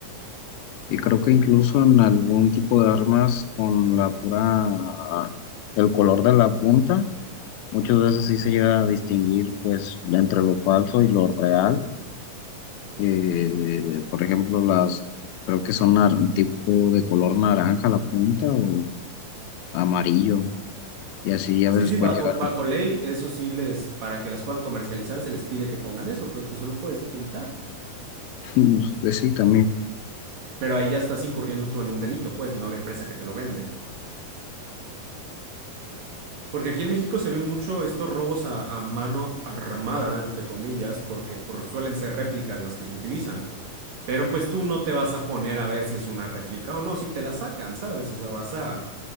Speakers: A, on the left; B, on the right.
A: y creo que incluso en algún tipo de armas con la pura, el color de la punta, muchas veces sí se llega a distinguir, pues, entre lo falso y lo real Eh, por ejemplo, las creo que son nar- tipo de color naranja la punta o amarillo, y así a
B: Sí,
A: veces
B: sí,
A: pueden
B: bajo,
A: llegar.
B: bajo ley, eso sí les, para que las puedan comercializar, se les pide que pongan eso, pero pues se lo puedes pintar.
A: <laughs> pues Sí, también.
B: Pero ahí ya estás incurriendo tú en un delito, pues, no la empresa que te lo vende. Porque aquí en México se ven mucho estos robos a, a mano armada, entre comillas, porque por- suelen ser réplicas las que se utilizan. Pero pues tú no te vas a poner a ver si es una réplica o no, si te la sacan, ¿sabes? O sea, vas a,